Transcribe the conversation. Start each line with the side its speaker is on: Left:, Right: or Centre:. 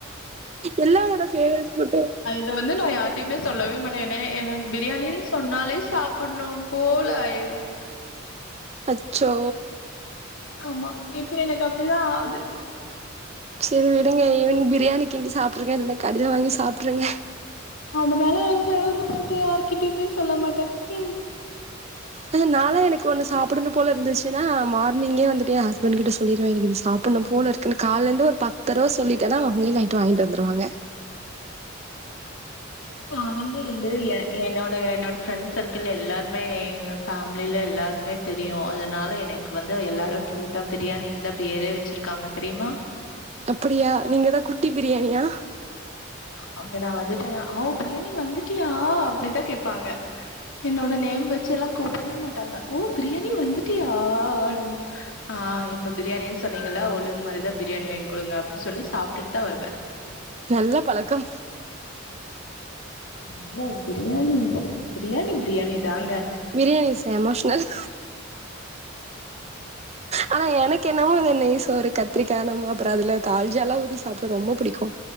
Right: எல்லாரோட ஃபேவரட் ஃபுட்டு
Left: இது வந்து நா யார்ட்டியுமே சொல்லவே மாட்டே ஏனா எனக் பிரியாணின் சொன்னாலே சாப்புட்ணு போல ஆய்ரு
Right: அச்சோ
Left: ஆமா இப்ப எனக்கு அப்டிதா ஆவுது
Right: சேரி விடுங்க ஈவ்னிங் பிரியாணி கிண்டி சாப்ட்ருங்க இல்லனா கடைல வாங்கி சாப்ட்ருங்க
Left: அதுனால எ ஃபேவ்ரெட் ஃபுட்ட யார்கிட்டியுமே சொல்ல மாட்டே ம்
Right: அதுனால எனக் ஒன்னு சாப்படணு போல இருந்துச்சுன்னா மார்னிங்கே வந்துட்டு எ ஹஸ்பண்ட் கிட்ட சொல்லிருவே எனக் இத சாப் பட்ணு போலருக்குனு கால்லர்ந்து ஒரு பத் தரவ சொல்லீட்டனா அவுங்ளே நைட்டு வாங்கீட்டு வந்துருவாங்க
Left: நா வந்து லூய என்னோட என்னோட ஃப்ரெண்ட் சர்க்கிள்ல எல்லார்மே எங்க ஃபேம்லில எல்லாருமே தெரியு அதுனால எனக் வந்து எல்லாரு கியூட்டா பிரியாணின் தா பேரே வெச்சிருக்காங்க தெரியுமா
Right: அப்பிடியா நீங்க தா குட்டி பிரியாணியா
Left: அவுங்க நா வந்துட்டேனா ஓ பிரியாணி வந்துட்டியா அப்டிதா கேப்பாங்க என்னோட நேம் வெச்செல்லா கூப்படவே மாட்டாங்க ஓ பிரியாணி வந்துட்டியா அப்டின் ஆ இப்ப பிரியாணின் சொன்னீங்கல்ல ஒழுங் மரியாதையா பிரியாணி வாய்ங் குடுங்க அப்டி சொல்லி சாப்ட்டுட் தா வருவே
Right: நல்ல பழக்கம்
Left: அதுனால பிரியாணி <inaudible> பிரியாணி பிரியாணி தாங்க
Right: பிரியாணி இஸ் எமோஷ்னல் ஆனா எனக் என்னவோ இந்த நெய் சோறு கத் திரிக்கா என்னமோ அப்பறோ அதுல தால்ஜாலா ஊத்தி சாப்ட ரொம்ப புடிக்கு